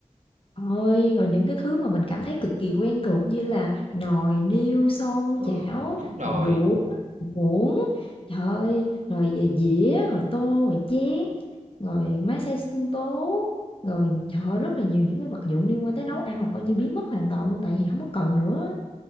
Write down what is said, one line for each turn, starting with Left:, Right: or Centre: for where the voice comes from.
Left: Ôi, rồi những cái thứ mà mình cảm thấy cực kỳ quen thuộc như là nồi niêu, son
Right: Ừ,
Left: chảo,
Right: đúng rồi.
Left: rồi đũa, muỗng, trời ơi, rồi về dĩa, rồi tô, rồi chén. rồi máy xay sinh tố, rồi trời rất là nhiều những cái vật dụng liên quan tới nấu ăn là coi như biến mất hoàn toàn luôn tại vì hổng có cần nữa